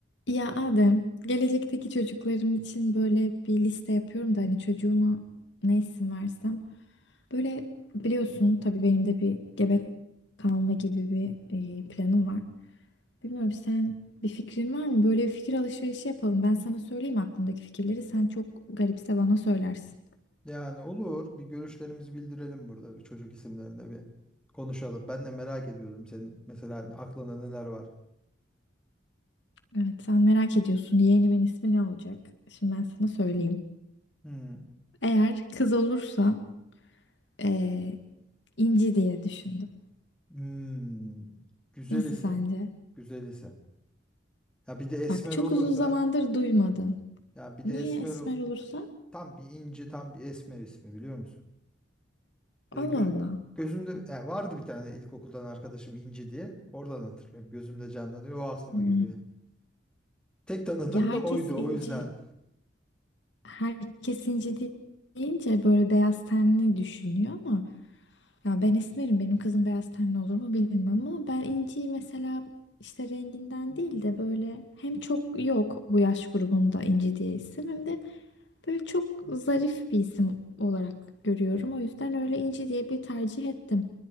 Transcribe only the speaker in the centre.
Yani olur. Bir görüşlerimizi bildirelim burada bir çocuk isimlerinde bir konuşalım. Ben de merak ediyordum senin mesela aklında neler var.
Hmm.
Hmm. Güzel
ise.
Güzel ise. Ya bir de esmer
olursa.
Ya bir
de esmer
o-
tam bir inci tam bir esmer ismi biliyor musun?
Böyle gö-
gözümde ya vardı bir tane ilkokuldan arkadaşım İnci diye. Oradan hatırlıyorum. Gözümde canlanıyor. O aklıma
geliyor. Tek tanıdığım
da oydu
o yüzden.